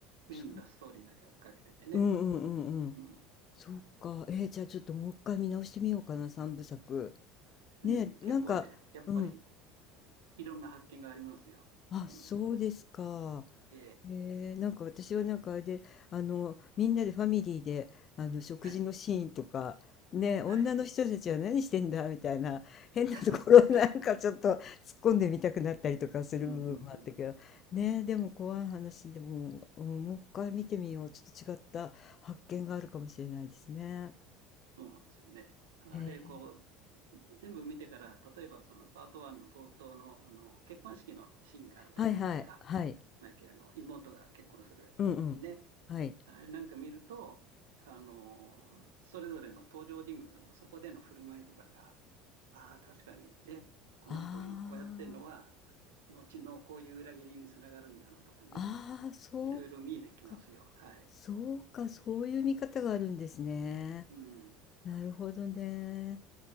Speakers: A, on the right; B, on the left.
A: う、
B: そう、
A: メインのストーリーだけ追っかけててね。
B: うんうんうんうん。
A: うん。
B: そうか。えー、じゃあちょっともう一回見直してみようかな、三部作。
A: うん。
B: ねえ、
A: 結構ね、
B: なんか、
A: やっぱり
B: うん、
A: いろんな発見がありますよ。
B: あ、
A: うん。
B: そうですか。
A: ええ。
B: えー、なんか私はなんかあれで、あの、みんなでファミリーで、あの、食事のシーンとか、
A: はい。
B: ねえ、女の人たちは何してんだみたいな、
A: はい。
B: 変なところをなんかちょっと突っ込んでみたくなったりとかする部分もあったけど、
A: <laughs> うんうんうんうん。
B: ねえ、でも怖い話でも、うん、もう一回見てみよう。ちょっと違った発見があるかもしれないですね。
A: そうなんですよね。だからあれ、
B: へえ、
A: こう、全部見てから、例えばそのパート1の冒頭の、あの結婚式のシーンがあるじゃないですか。
B: はいはい、はい。
A: マイケルの妹が結婚するとね。
B: うんうん。はい。
A: なんか見ると、あの、それぞれの登場人物のそこでの振る舞いとかが、ああ、確かにね、この人が今こうやってるのは、
B: あ
A: 後のこういう裏切りにつながるんだなとかね、
B: あ、ああ、そう
A: いろいろ見えてきますよ。
B: か、
A: はい。
B: そうか、そういう見方があるんですね。
A: うん。あ
B: なるほどね。